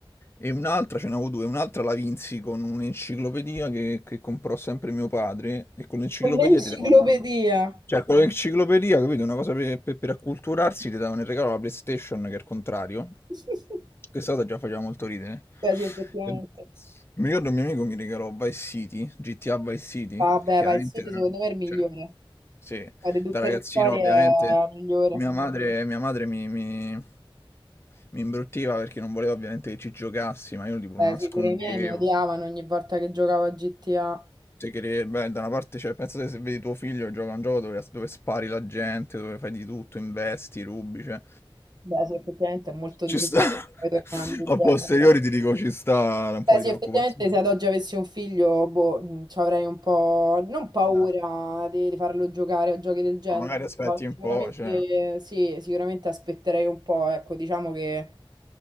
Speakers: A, on the left; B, on the right.
A: e un'altra, ce n'avevo due, un'altra la vinsi con un'enciclopedia che, che comprò sempre mio padre e con l'enciclopedia
B: L'enciclopedia.
A: ti davano... Cioè, con l'enciclopedia, capito? Una cosa per, per- per acculturarsi ti davano in regalo la PlayStation che è il contrario.
B: <laughs>
A: Questa cosa già faceva molto ridere.
B: Beh, sì, effettivamente.
A: E- Mi ricordo un mio amico mi regalò Vice City, GTA Vice City,
B: Vabbè,
A: e chiaramente
B: vai, City
A: da
B: secondo me è il migliore.
A: cioè, sì,
B: Ma di tutte
A: da ragazzino
B: le storie
A: ovviamente
B: è la migliore.
A: mia madre mia madre mi mi mi imbruttiva perché non voleva ovviamente che ci giocassi, ma io tipo
B: Beh,
A: lo nascondevo.
B: sì, pure i miei mi odiavano ogni volta che giocavo a GTA.
A: Te cre beh, da una parte cioè pensa te se vedi tuo figlio che gioca a un gioco dove dove spari la gente, dove fai di tutto, investi, rubi, cioè
B: Beh, sì, effettivamente è molto
A: Ci
B: disappointing
A: sta. <laughs>
B: tornando indietro.
A: A posteriori ti dico ci sta un
B: Beh,
A: po'
B: sì,
A: di preoccupazione.
B: effettivamente se ad oggi avessi un figlio, boh, mh, ci avrei un po', non paura
A: Eh,
B: di, di farlo giocare a giochi del genere,
A: ma magari aspetti
B: però
A: un
B: sicuramente
A: po', cioè.
B: sì, sicuramente aspetterei un po', ecco, diciamo che